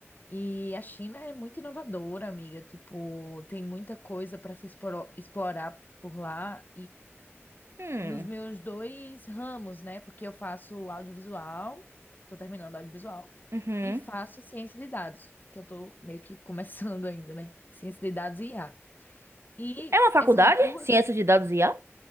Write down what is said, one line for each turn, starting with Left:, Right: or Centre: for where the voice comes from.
Left: E a China é muito inovadora, amiga. Tipo, tem muita coisa para se esporo- explorar por lá
Right: Hum,
Left: nos meus dois ramos, né? Porque eu faço audiovisual, tô terminando audiovisual,
Right: uhum.
Left: e faço ciência de dados, que eu tô meio que começando <laughs> ainda, né? Ciência de dados e IA. E
Right: É uma faculdade?
Left: essas duas,
Right: Ciência de dados e IA?